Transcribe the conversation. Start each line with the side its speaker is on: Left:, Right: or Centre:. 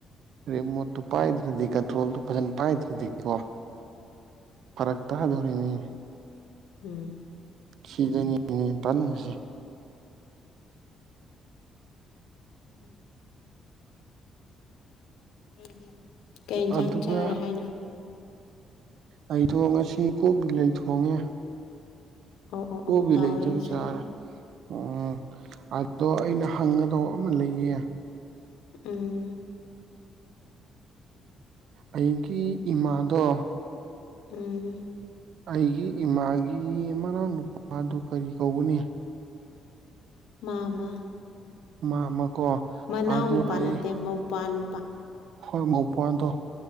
Right: ꯔꯦꯃꯣꯠꯇꯨ ꯄꯥꯏꯗ꯭ꯔꯗꯤ ꯀꯟꯇ꯭ꯔꯣꯜꯗꯣ ꯐꯖꯅ ꯄꯥꯏꯗ꯭ꯔꯗꯤ ꯀꯣ ꯐꯔꯛ ꯇꯗꯧꯔꯤꯅꯤ
Left: ꯎꯝ
Right: ꯁꯤꯗꯅꯤꯅꯦ ꯇꯟꯕꯁꯦ
Left: ꯎꯝ ꯎꯝ ꯀꯩ ꯏꯟꯁꯥꯡ
Right: ꯑꯗꯨꯒ
Left: ꯆꯥꯔꯦ ꯍꯥꯏꯅꯣ
Right: ꯑꯩꯗꯣ ꯉꯁꯤ ꯀꯣꯕꯤ ꯂꯩ ꯊꯣꯡꯉꯦ
Left: ꯑꯣ ꯑꯣ
Right: ꯀꯣꯕꯤ
Left: ꯑꯣ ꯀꯥꯎꯋꯦ
Right: ꯂꯩ ꯗꯨꯒ
Left: ꯉꯁꯥꯏ
Right: ꯆꯥꯔꯦ ꯎꯝ ꯑꯗꯣ ꯑꯩꯅ ꯍꯪꯒꯗꯧꯕ ꯑꯃ ꯂꯩꯌꯦ
Left: ꯎꯝ
Right: ꯑꯩꯒꯤ ꯏꯃꯥꯗꯣ
Left: ꯎꯝ
Right: ꯑꯩꯒꯤ ꯏꯃꯥꯒꯤ ꯃꯅꯥꯎ ꯅꯨꯨꯄꯥꯗꯨ ꯀꯔꯤ ꯀꯧꯒꯅꯤ
Left: ꯃꯥꯃ
Right: ꯃꯥꯃꯀꯣ
Left: ꯃꯅꯥꯎ
Right: ꯑꯗꯣ
Left: ꯅꯨꯄꯥ
Right: ꯑꯩ
Left: ꯅꯠꯇꯦ ꯃꯧꯄꯥ ꯅꯨꯄꯥ꯫
Right: ꯍꯣꯏ ꯃꯧꯄꯥꯗꯣ